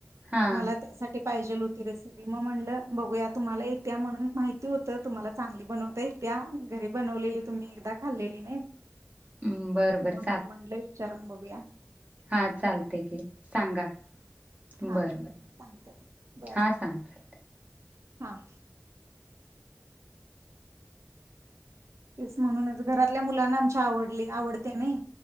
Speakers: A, on the right; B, on the right.
A: हा
B: मलां त्यांसाठी टी पाहिजेल होती रेसिपी मगं म्हणलं बघूंया तुम्हांला येतिया म्हणूंन माहिती होतं तुम्हांला चांगली बनवतां येतीया घरी बनवलेली तुम्हीं एकदां खाल्लेली नई
A: हम्म, बरं बरं
B: म्हणूंन म्हटलं विचारूंन बघूंया
A: हां चालतंय की सांगा बरं
B: हां
A: बरं
B: सांगते बरं
A: हां सांगते
B: हां. तेचं म्हणूनचं घरांतल्या मुलांना आमची आवडली आवडते नई